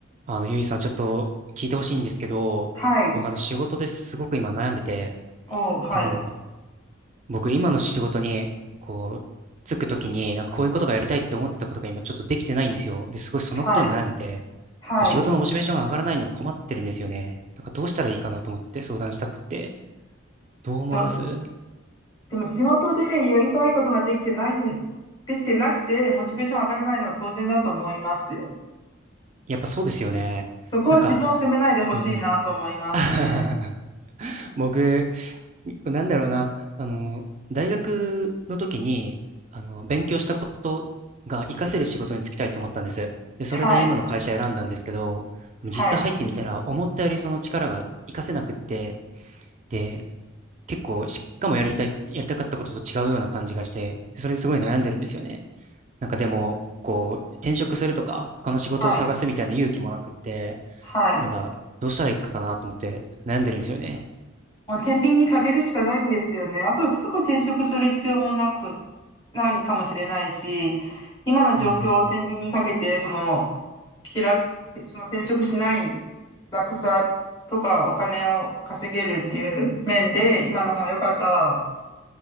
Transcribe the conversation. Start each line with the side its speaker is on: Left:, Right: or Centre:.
Right: あの、ゆいさん、ちょっと聞いてほしいんですけど、
Left: はい。
Right: 僕、あの、仕事ですごく今悩んでて、
Left: おう、はい。
Right: っていうのが、僕、今の仕事に、こう、つくときに、なんかこういうことがやりたいって思ってたことが今ちょっとできてないんですよ。で、すごいそのことに悩んでて、
Left: はい。はい。
Right: こう、仕事のモチベーションが上がらないのに困ってるんですよね。なんかどうしたらいいかなと思って相談したくって、どう思われます
Left: と、でも仕事でやりたいことができてないん、できてなくて、モチベーション上がらないのは当然だと思いますよ。
Right: やっぱそうですよね。
Left: そこは自分を責めないでほしいなと思いますね。
Right: なんか、うんうん。<laughs> 僕、なんだろうな、あの、大学の時に、あの、勉強したことが活かせる仕事に就きたいと思ったんです。で、それで今の会社選んだんですけど、
Left: はい。
Right: でも実際入ってみたら、
Left: はい。
Right: 思ったよりその力が活かせなくって、で、結構、しかもやりたい、やりたかったことと違うような感じがして、それですごい悩んでるんですよね。なんかでも、こう、転職するとか、他の仕事を探すみたいな勇気もなくって、
Left: はい。はい。
Right: なんか、どうしたらいいかなと思って悩んでるんですよね。
Left: もう天秤にかけるしかないんですよね。あとはすぐ転職する必要もなく、ないかもしれないし、今の状況を天秤にかけて、
Right: うんうん。
Left: その、気楽、その転職しない楽さとかお金を稼げるっていう面で、今の方が良かったら